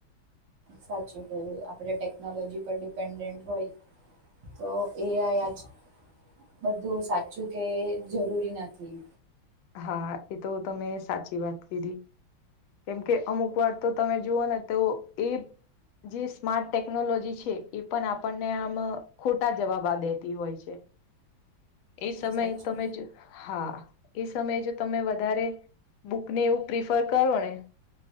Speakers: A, on the right; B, on the left.
A: સાચું કય્યું આપણે ટેકનોલોજી પર ડિપેન્ડન્ટ હોય તો એઆ આજ બધું સાચું કે જરૂરી નથી.
B: હા એ તો તમે સાચી વાત કીધી કેમ કે અમુક વાર તો તમે જુઓ ને તો એ જે સ્માર્ટ ટેકનોલોજી છે એ પણ આપણને આમ ખોટા જવાબા દેતી હોય છે એ સમયે
A: સાચું
B: તમે જ હા એ સમયે જો તમે વધારે બુકને એવું પ્રિફર કરો ને